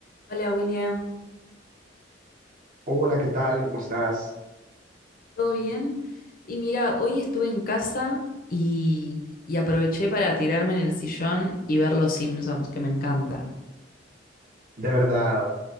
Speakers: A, on the left (about 50°); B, on the right (about 45°).
A: Hola William,
B: Hola, ¿qué tal? ¿Cómo estás?
A: ¿todo bien? Y mira, hoy estuve en casa y, y aproveché para tirarme en el sillón y ver Los Simpsons, que me encanta.
B: De verdad,